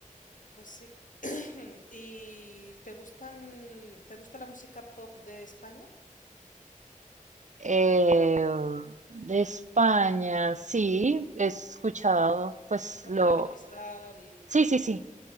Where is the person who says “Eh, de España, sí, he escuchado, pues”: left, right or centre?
Right